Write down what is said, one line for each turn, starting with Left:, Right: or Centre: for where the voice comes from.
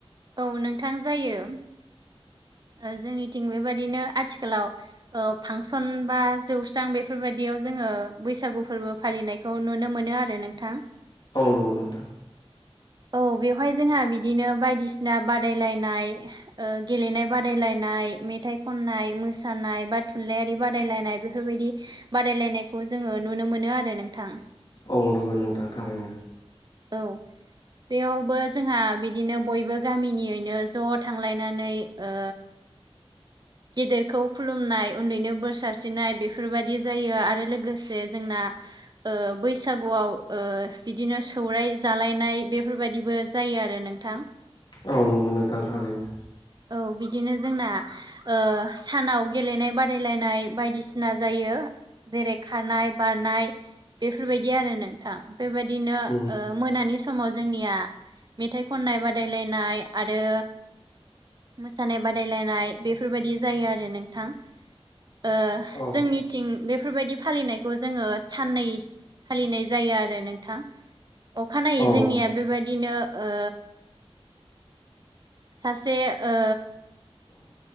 Right: औ नोंथां जायो जोंनिथिं बेबादिनो आथिखालाव ओ फांसन बा जौस्रां बेफोरबायदियाव जोङो बैसागु फोरबो फालिनायखौ नुनो मोनो आरो नोंथां।
Left: औ नंगौ नोंथां
Right: औ बेवहाय जोंहा बिदिनो बायदिसिना बादायलायनाय ओ गेलेनाय बादायलायनाय नाय मेथाइ खननाय मोसानाय बा थुनलाइयारि बादायलायनाय बेफोरबायदि बादायलायनायखौ जोङो नुनो मोनो आरो नोंथां।
Left: औ नंगौ नोंथां थारैनो‌
Right: औ बेयावबो जोंहा बिदिनो बयबो गामिनियैनो ज' थांलायनानै ओ गेदेरखौ खुलुमनाय उन्दैनो बोर सारस्रिनाय बेफोरबायदि जायो आरो लोगोसे जोंना ओ बैसागुआव ओ बिदिनो सौराय जालायनाय बेफोरबायाददिबो जायो आरो नोंथां
Left: औ नंगौ नोंथां थारैनो
Right: औ बिदिनो जोंना ओ सानाव गेलेनाय बादायलायनाय बायदिसिना जायो। जेरै खारनाय बारनाय बेफोरबायदि आरो नोंथां बेबायदिनो
Left: उम
Right: ओ मोनानि समाव जोंनिया मेथाइ खननाय बादायलायनाय आरो मोसानाय बादायलायनाय बेफोरबायदि जायो आरो नोंथां ओ
Left: औ
Right: जोंनिथिं बेफोरबायदि फालिनायखौ जोङो साननै फालिनाय जायो आरो नोंथां अखानायै
Left: औ
Right: जोंनिया बेबायदिनो ओ सासे ओ